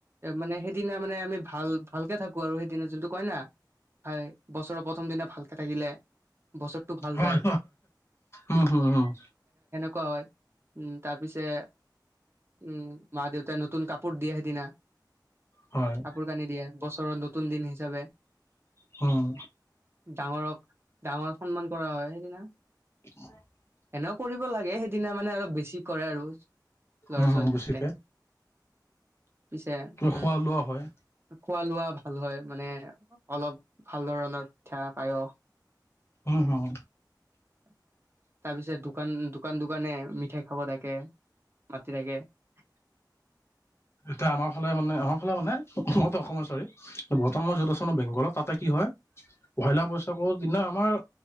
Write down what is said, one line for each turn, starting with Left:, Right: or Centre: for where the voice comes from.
Right: মানে সেইদিনা মানে আমি ভাল ভালকে থাকো আৰু সেইদিনা যোনটো কই না হয় বছৰৰ প্ৰথম দিনা ভালকে থাকিলে বছৰটো ভাল
Left: হয়
Right: যায়
Left: উম হম হম
Right: কোৱা হয়, উম তাৰপিছে উম মা দেউতাই নতুন কাপোৰ দি সিদিনা
Left: হয়
Right: কাপোৰ কানি দিয়ে বছৰৰ নতুন দিন হিচাপে
Left: হম
Right: ডাঙৰক, ডাঙৰক সন্মান কৰা হয় সেইদিনা।
Left: <inaudible>
Right: এনেও কৰিব লাগে সেইদিনা মানে অলপ বেছি কৰে আৰু ল'ৰা
Left: উম
Right: ছোৱালীতে
Left: বেছিকে
Right: পিছে উম
Left: খোৱা লোৱা হয়
Right: খোৱা লোৱা ভাল হয় মানে অলপ ভাল ধৰণৰ পিঠা পায়স
Left: উম হম
Right: <inaudible> তাৰ পিছত দোকান, দোকান দোকানে মিঠাই খাব থাকে মাতি থাকে। <inaudible>
Left: এয়া আমাৰ ফালে মানে, আমাৰ ফালে মানে মই অসমৰ, চৰি বৰ্তমান মই য'ত আৰ বেংগলত তাতে কি হয় হয় পলা বৈশাকৰ দিনা আমাৰাৰ